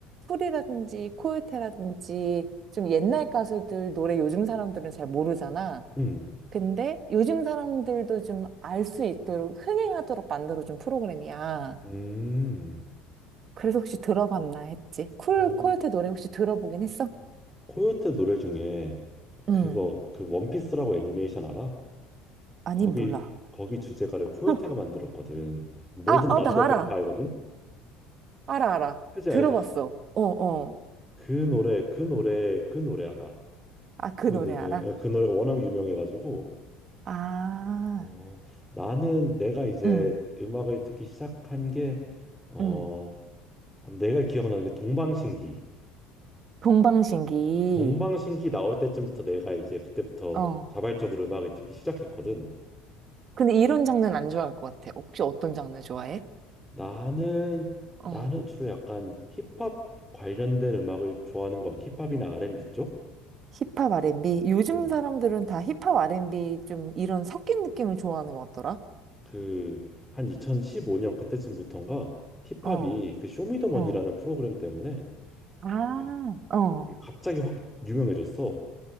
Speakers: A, on the right; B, in the centre.
A: 소리라든지 코요테라든지 좀 옛날 가수들 노래 요즘 사람들은 잘 모르잖아.
B: 음.
A: 근데 요즘 사람들도 좀 알 수 있도록 흥행하도록 만들어준 프로그램이야.
B: 음.
A: 그래서 혹시 들어봤나 했지. 쿨
B: 어,
A: 코요테 노래 혹시 들어보긴 했어?
B: 코요테 노래 중에
A: 응.
B: 그거 그 원피스라고 애니메이션 알아?
A: 아니
B: 거기
A: 몰라.
B: 거기 주제가를 코요테가
A: <laughs>
B: 만들었거든. 모든
A: 아, 어,
B: 남자들이
A: 나 알아.
B: 다 알거든.
A: 알아, 알아.
B: 그지
A: 들어봤어.
B: 알지?
A: 어, 어.
B: 그 노래 그 노래 그 노래 알아.
A: 아, 그
B: 그
A: 노래
B: 노래
A: 알아?
B: 그 노래가 워낙 유명해가지고
A: 아,
B: 어, 나는 내가 이제
A: 응,
B: 음악을 듣기 시작한 게, 어,
A: 응.
B: 한 내가 기억나는 게 동방신기.
A: 동방신기.
B: 동방신기 나올 때쯤부터 내가 이제 그때부터
A: 어.
B: 자발적으로 음악을 듣기 시작했거든.
A: 근데 이런 장르는 안 좋아할 것 같아. 혹시 어떤 장르 좋아해?
B: 나는 나는
A: 어.
B: 주로 약간 힙합 관련된 음악을 좋아하는 거 힙합이나 R&B 쪽?
A: 힙합 R&B? 요즘
B: 응.
A: 사람들은 다 힙합 R&B 좀 이런 섞인 느낌을 좋아하는 것 같더라.
B: 그한 2015년 그때쯤부터인가 힙합이
A: 어,
B: 그 쇼미더머니라는
A: 어.
B: 프로그램 때문에
A: 아,
B: 이게
A: 어.
B: 이게 갑자기 확 유명해졌어.